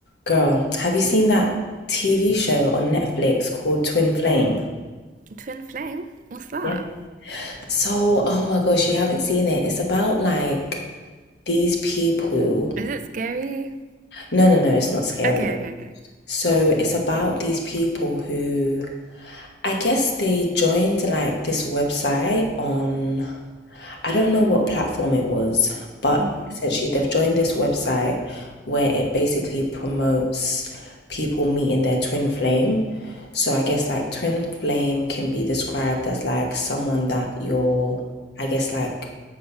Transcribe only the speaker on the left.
Girl, have you seen that TV show on Netflix called Twin Flame?
Yeah. So, oh my gosh, you haven't seen it. It's about like these people.
No, no, no, it's not scary.
So, it's about these people who I guess they joined like this website on I don't know what platform it was, but
essentially they've joined this website where it basically promotes people meeting their twin flame. So I guess like twin flame can be described as like someone that you're, I guess like